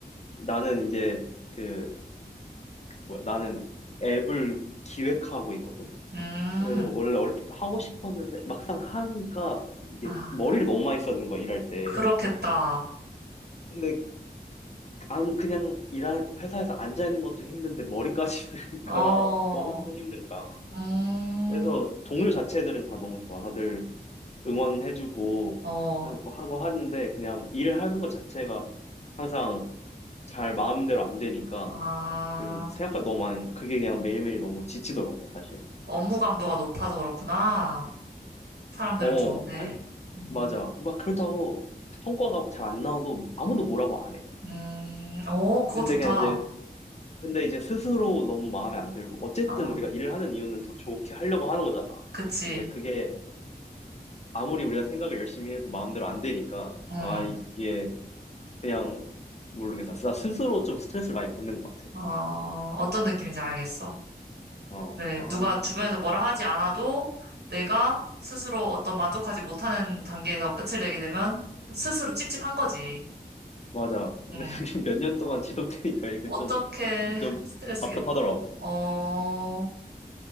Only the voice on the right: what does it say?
음,
아,
그렇겠다.
어,
음,
어,
아,
업무 강도가 높아서 그렇구나. 사람들은
좋은데.
음,
음, 오, 그거
좋다.
아,
그치.
음,
어, 어떤 느낌인지 알겠어.
그래,
누가 주변에서 뭐라 하지 않아도 내가 스스로 어떤 만족하지 못하는 단계에서 끝을 내게 되면 스스로 찝찝한 거지.
음,
어떻게
<laughs>
스트레스겠다.
어,